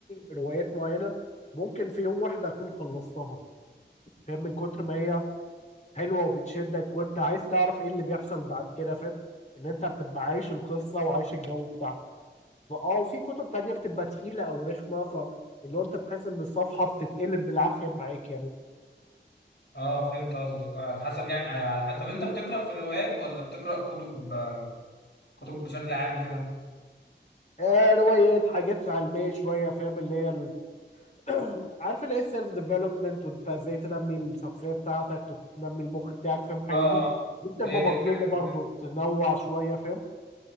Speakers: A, on the left (about 40°); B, on the left (about 65°).
A: روايات معينه ممكن في يوم واحد اكون خلصتها فاهم من كتر ما هي حلوه وبتشدك وانت عايز تعرف ايه اللي بيحصل بعد كده فاهم ان انت بتبقى عايش القصه وعايش الجو بتاعها فاه وفي كتب تانية بتبقى تقيله او رخمه ف اللي هو انت بتحس ان الصفحه بتتقلب بالعافيه معاك يعني
B: اه فهمت قصدك اه على حسب يعني على حسب. طب انت بتقرا في روايات ولا بتقرا كتب آه، كتب بشكل عام كده
A: آه روايات حاجات علميه شويه فاهم اللي هي <clears throat> عارف اللي هي السيلف ديفلوبمنت وانت ازاي تنمي الشخصيه بتاعتك وتنمي المخ بتاعك فاهم الحاجات
B: اه
A: دي
B: آه.
A: دي بتبقى
B: هي دي
A: مطلوبه
B: الحاجه
A: برضو تنوع شويه فاهم